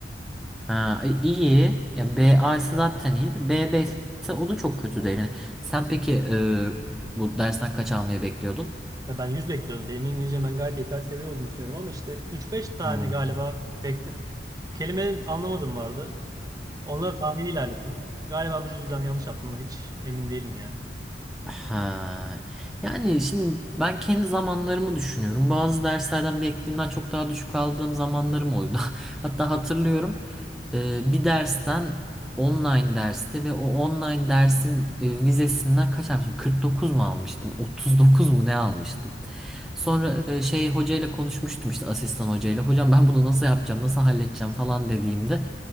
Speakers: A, in the centre; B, on the right.
A: Ha, e, iyi. Ya B, A ise zaten iyiydi. B, B ise o da çok kötü değil. Yani sen peki e, bu dersten kaç almayı bekliyordun?
B: Ya ben 100 bekliyordum. Benim İngilizcem ben gayet yeterli seviye olduğunu düşünüyorum ama işte 3-5 tane
A: Hmm.
B: galiba bekle... kelime anlamadım vardı. Onları tahmini ilerlettim. Galiba bu yüzden yanlış yaptım da hiç emin değilim ya.
A: Ha. Yani şimdi ben kendi zamanlarımı düşünüyorum. Bazı derslerden beklediğimden çok daha düşük aldığım zamanlarım oldu. <laughs> Hatta hatırlıyorum e, bir dersten online derste ve o online dersin e, vizesinden kaç almıştım? kırk dokuz mu almıştım? 39 mu ne almıştım? Sonra e, şey hocayla konuşmuştum işte asistan hocayla. Hocam ben bunu nasıl yapacağım, nasıl halledeceğim falan dediğimde